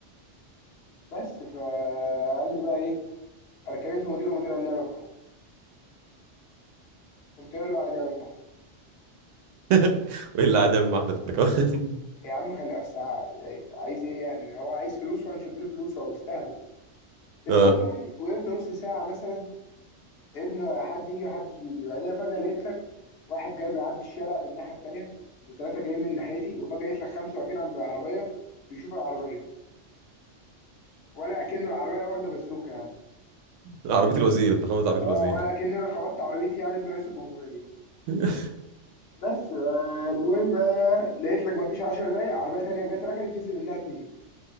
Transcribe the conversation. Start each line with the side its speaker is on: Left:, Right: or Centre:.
Left: بس فقال لي بقى ايه انا كلمت مديره ومدير قال لي اعمل محضر قمت قايل له عادي اعمل محضر
Right: <laughs> وايه اللي قاعد يعمل محضر انت كمان <laughs>
Left: يا عم خلي أصل ع- يعني عايز ايه يعني هو عايز فلوس وانا مش هديله فلوس هو بيستهبل المهم
Right: اه
Left: يعني وقفنا نص ساعه مثلا ان حد يجي محدش بيجي بعدها فجاه لقيت لك واحد جاي بيعدي الشارع من الناحيه التانيه وثلاثه جايين من ناحيتي وفجاه لقيت لك خمسه واقفين عند العربيه بيشوفوا العربيه ولا اكن العربيه واخده بازوكه يعني
Right: عربيه الوزير انت خبطت عربيه
Left: اه
Right: الوزير
Left: ولا اكن انا خبطت عربيتي يعني ابن رئيس الجمهوريه
Right: <laughs>
Left: بس آه، المهم آه، لقيت لك مفيش 10 دقايق عربيه تانية جت ركنت نزل منها اتنين